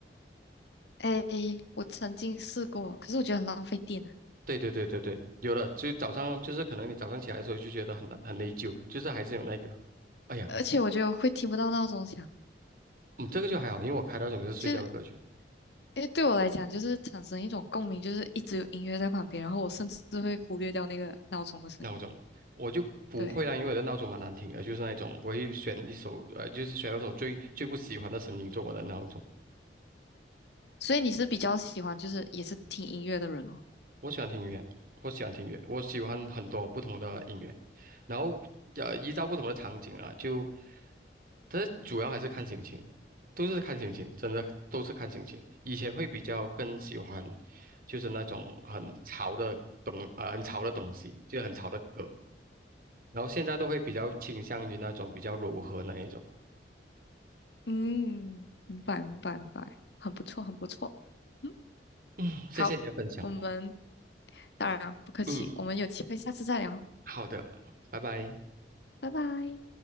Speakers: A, on the left; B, on the right.
A: 哎，我曾经试过，可是我觉得很浪费电啊。
B: 对对对对对，有的，就早上就是可能你早上起来的时候就觉得很难很内疚，就是还是有那个，哎呀，
A: 而且我觉得我会听不到闹钟响，
B: 嗯，这个就还好，因为我开那种就是睡觉的歌曲
A: 就是因为对我来讲，就是产生一种共鸣，就是一直有音乐在旁边，然后我甚至会忽略掉那个闹钟的声音。
B: 闹钟，我就不会啦，
A: 对，
B: 因为我的闹钟蛮难听的，就是那种我会选一首呃，就是选那种最最不喜欢的声音做我的闹钟。
A: 所以你是比较喜欢就是也是听音乐的人哦。
B: 我喜欢听音乐，我喜欢听音乐，我喜欢很多不同的音乐，然后呃，依照不同的场景啊，就，但是主要还是看心情，都是看心情，真的都是看心情。以前会比较更喜欢，就是那种很潮的东，呃，很潮的东西，就很潮的歌，然后现在都会比较倾向于那种比较柔和那一种。
A: 嗯，明白明白明白，很不错很不错。嗯，
B: 嗯，谢谢你的分享。
A: 好，我们当然不客气，
B: 嗯，
A: 我们有机会下次再聊，
B: 好的，拜拜。
A: 拜拜。